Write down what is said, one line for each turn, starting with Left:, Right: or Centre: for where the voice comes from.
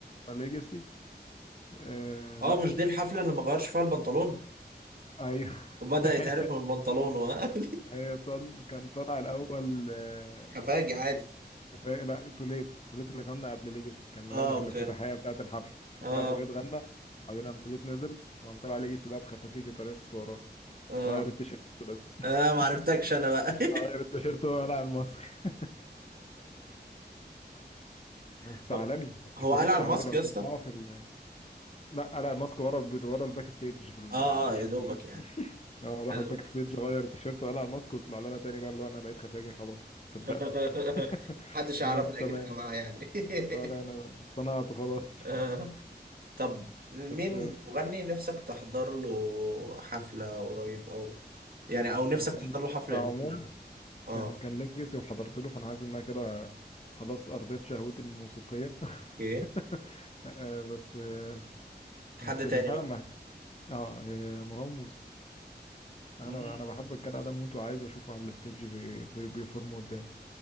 Left: ليجاسي آه لا
Right: اه مش دي الحفلة اللي ما غيرش فيها البنطلون
Left: ايوه
Right: وبدأ
Left: <laughs>
Right: يتعرف من بنطلونه آه.
Left: هي طن كان طلع الاول آه،
Right: <laughs> خفاجي عادي
Left: خفا- لا توليت توليت اللي غنى قبل ليجاسي كان مغني
Right: اه اوكي
Left: في الافتتاحيه بتاعه الحفله
Right: اه
Left: فطلع توليت غنى بعدين قام توليت نزل وقام طلع ليجاسي بقى بخفاجي جيتاريست وراه
Right: اه
Left: غير التيشيرت بس <laughs>
Right: اه ما عرفتكش انا بقى
Left: غير التيشيرت وقلع الماسك <laughs> بس
Right: <laughs>
Left: عالمي
Right: هو
Left: كيتاريست
Right: قال على
Left: عالمي
Right: الماسك
Left: لو
Right: يا
Left: تسمعه
Right: اسطى
Left: في ال... لا قلع الماسك ورا الب... ورا الباك ستيج في ال...
Right: اه اه
Left: مش
Right: يا دوبك
Left: قدام
Right: يعني
Left: آه، راح
Right: أنا-
Left: الباك ستيج غير التيشيرت وقلع الماسك وطلع لنا تاني بقى اللي هو انا بقيت خفاجي خلاص صدقتك
Right: <laughs>
Left: <laughs>
Right: محدش يعرفنا
Left: انا تمام
Right: اكيد يا جماعة يعني
Left: آه،
Right: <laughs>
Left: لا انا اقتنعت خلاص
Right: آه. طب مين
Left: <laughs> بس آه،
Right: مغني نفسك تحضر له حفلة قريب او يعني او نفسك
Left: هو كان
Right: تحضر له حفلة
Left: كعموم
Right: امتى؟ اه
Left: كان كان ليجاسي وحضرت له فانا حاسس ان انا كده خلاص ارضيت شهوتي الموسيقيه
Right: اوكي
Left: <laughs> آه، بس آه،
Right: حد
Left: بس
Right: تاني
Left: اللي فعلا
Right: بقى
Left: ما اه إيه، مروان موسى
Right: مم.
Left: انا انا بحب الجدع ده موت وعايز اشوفه على الستيج بي... بي... بيفرم قدامي